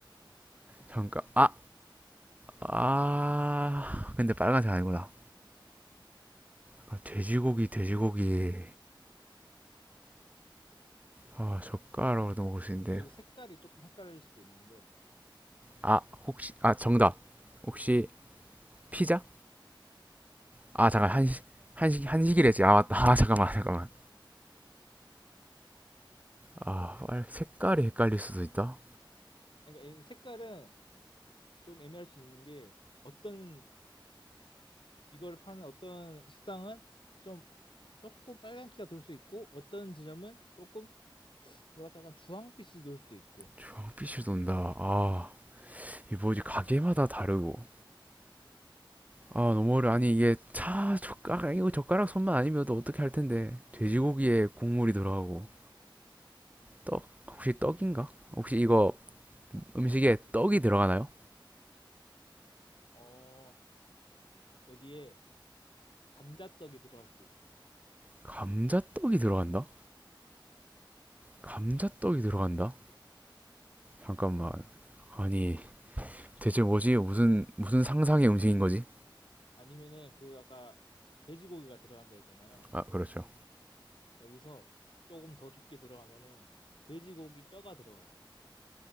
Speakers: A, on the right (about 15°); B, on the left (about 70°).
A: 잠깐 아, 아 근데 빨간색 아니구나 아, 돼지고기 돼지고기 아 젓가락으로도 먹을 수 있는데
B: 근데 여기서 색깔이 조금 헷갈릴 수도 있는데,
A: 아 혹시 아 정답 혹시
B: 네.
A: 피자? 아 잠깐
B: 아,
A: 한식
B: 피자
A: 한식
B: 한식.
A: 한식이랬지 아 맞다 아 잠깐만 잠깐만 아 빨- 색깔이 헷갈릴 수도 있다
B: 그러니까 이 색깔은 좀 애매할 수 있는 게 어떤 이걸 파는 어떤 식당은 좀 조금 빨간기가 돌 수 있고 어떤 지점은 조금 뭐랄까 약간 주황빛이 돌 수도 있고
A: 주빛이 돈다 아 이 뭐지 가게마다 다르고 아, 너무 어려. 아니, 이게 차 젓가락, 이거 젓가락 손만 아니면 또 어떻게 할 텐데. 돼지고기에 국물이 들어가고, 떡, 혹시 떡인가? 혹시 이거 음식에 떡이 들어가나요?
B: 어 여기에 감자떡이 들어갈 수도 있어요.
A: 감자떡이 들어간다? 감자떡이 들어간다? 잠깐만. 아니, 대체 뭐지? 무슨, 무슨 상상의 음식인 거지?
B: 아니면은 그 아까 돼지고기가 들어간다 했잖아요.
A: 아, 그렇죠.
B: 여기서 조금 더 깊게 들어가면은 돼지고기 뼈가 들어가요.